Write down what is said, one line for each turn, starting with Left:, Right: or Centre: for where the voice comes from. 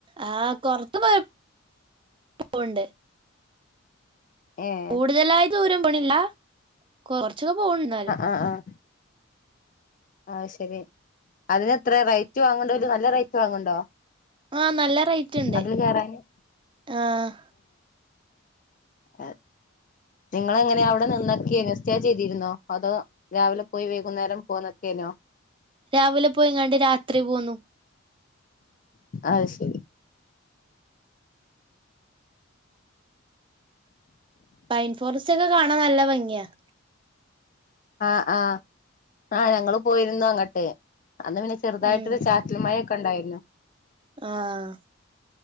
Right: ആഹ് കൊറത്ത്മൊയ പോവ്ണ്ട്.
Left: ഏഹ്
Right: കൂടുതലായിദൂരം പൊണില്ല കൊറച്ചൊക്കെപോവ്ണ്ട്ന്നാലും.
Left: അആഹ്. ആയ്ശരി അതിനെത്രറയ്റ്റ് വാങ്ങ്ണ്ടേത് നല്ലറെയിറ്റ് വാങ്ങ്ണ്ടോ?
Right: ആഹ് നല്ലറേറ്റ്ണ്ട്
Left: അതില് കേറാന്
Right: ആഹ്.
Left: അ നിങ്ങളെങ്ങനെയാ അവിടെ നിന്ന്കേനിയോ? സ്റ്റേചെയ്തിരുന്നോ അതോരാവിലെപോയിവൈകുന്നേരം പൊന്ന്കേനിയോ?
Right: രാവിലെപോയിങ്ങാണ്ട് രാത്രിപോന്നു.
Left: അയ്ശരി.
Right: പൈൻഫോറസ്റ്റക്കെ കാണാനല്ലഭംഗിയാ-
Left: ആഹ് ആഹ് ആഹ് ഞങ്ങളുപോയിരുന്നുഅങ്ങട്ട് അന്ന് പിന്നെചെറുതായിട്ടൊരു
Right: ഉം
Left: ചാ റ്റല്മയൊക്കെണ്ടായിരുന്നു.
Right: ആഹ്.